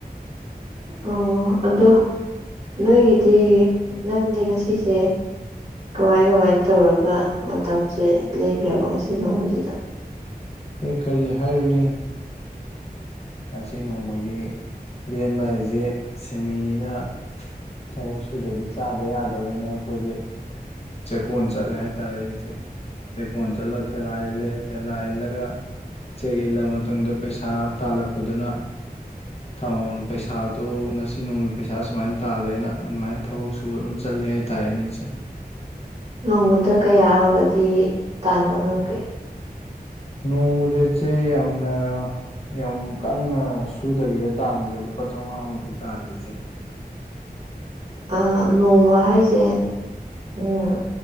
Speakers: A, on the right; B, on the left.
A: ꯑꯣ ꯑꯗꯣ ꯅꯣꯏꯒꯤꯗꯤ ꯅꯪꯗꯤ ꯉꯁꯤꯁꯦ ꯀꯃꯥꯏ ꯀꯃꯥꯏ ꯇꯧꯔꯒ ꯃꯇꯝꯖꯦ ꯂꯦꯟꯒ꯭ꯔꯕ ꯉꯁꯤ ꯅꯣꯡꯃꯖꯤꯗ?
B: ꯑꯦ ꯀꯔꯤ ꯍꯥꯏꯔꯨꯅꯤ ꯉꯁꯤ ꯅꯣꯡꯃꯥꯒꯤ ꯂꯦꯟꯕ ꯍꯥꯏꯖꯦ ꯁꯤꯟꯃꯤꯅꯤꯅ ꯊꯕꯛ ꯁꯨꯗ꯭ꯔꯗꯤ ꯆꯥꯗ ꯌꯥꯗꯕꯅꯤꯅ ꯑꯩꯈꯣꯏꯗꯤ ꯆꯦꯛꯀꯣꯟ ꯆꯠꯂꯦ ꯍꯥꯏꯇꯥꯔꯦ ꯏꯆꯦ ꯆꯦꯛꯀꯣꯟ ꯆꯠꯂ ꯊꯦꯂꯥ ꯏꯜꯂꯦ ꯊꯦꯂꯥ ꯏꯜꯂꯒ ꯆꯦꯛ ꯏꯜꯂ ꯃꯇꯨꯡꯗ ꯄꯩꯁꯥ ꯇꯥꯜꯂꯛꯄꯗꯨꯅ ꯊꯃꯝ ꯄꯩꯁꯥꯗꯣ ꯉꯁꯤ ꯅꯣꯡꯃꯩ ꯄꯩꯁꯥ ꯁꯨꯃꯥꯏ ꯇꯥꯜꯂꯦꯅ ꯑꯗꯨꯃꯥꯏꯟ ꯊꯕꯛ ꯁꯨꯕ ꯑꯗꯨꯝ ꯆꯠꯂꯤ ꯑꯩ ꯇꯥꯏꯅꯦ ꯏꯆꯦ
A: ꯅꯣꯡꯃꯥꯗ ꯀꯌꯥꯒꯗꯤ ꯇꯥꯟꯕ ꯉꯝꯒꯦ
B: ꯅꯣꯡꯃꯥꯗ ꯏꯆꯦ ꯌꯥꯝꯅ ꯌꯥꯝ ꯀꯟꯅ ꯁꯨꯗꯕꯤꯗ ꯇꯥꯟꯕꯗ ꯂꯨꯄꯥ ꯆꯝꯉꯥꯃꯨꯛꯇꯤ ꯇꯥꯜꯂꯦ ꯏꯆꯦ
A: ꯑꯥ ꯅꯣꯡꯃ ꯍꯥꯏꯁꯦ ꯎꯝ